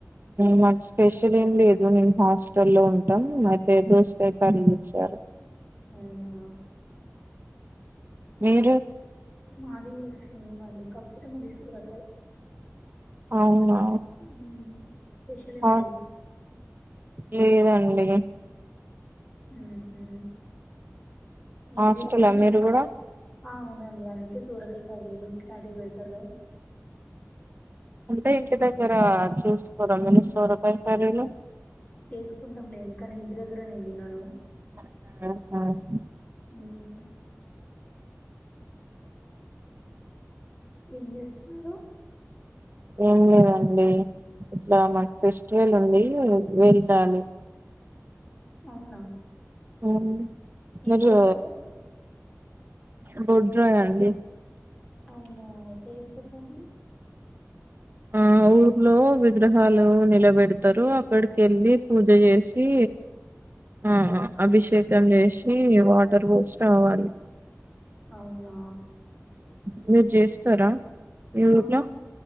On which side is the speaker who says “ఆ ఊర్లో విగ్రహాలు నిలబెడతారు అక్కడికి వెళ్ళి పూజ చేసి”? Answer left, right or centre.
Right